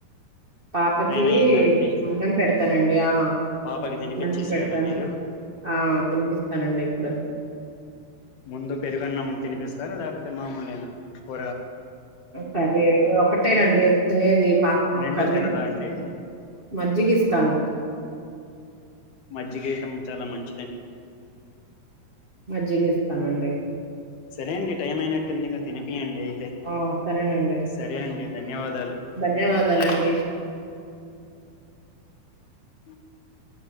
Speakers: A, on the right (about 60°); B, on the left (about 75°).
A: పాపకి
B: టైం అయిందండి
A: అన్నం పెడతానండి ఆ
B: పాపకి తినిపించేసేయాలా
A: లంచ్ పెడతాను
B: మీరు
A: ఆ తినిపిస్తానండి ఇప్పుడు
B: ముందు పెరుగన్నం తినిపిస్తారా లేకపోతే మామూలునా కూ
A: కర్రీ ఒకటేనండి తినేది పాపం
B: రెండు
A: కర్రీ
B: తినదా
A: పె
B: అండి
A: మజ్జిగ ఇస్తాను
B: మజ్జిగ ఇయ్యాటం చాలా మంచి
A: మజ్జిగా ఇస్తానండి
B: సరే అండి టైం అయినట్టుంది ఇక తినిపియండి అయితే
A: ఆ సరేనండి
B: సరే అండి ధన్యవాద
A: ధన్యవాదాలండి
B: <unintelligible>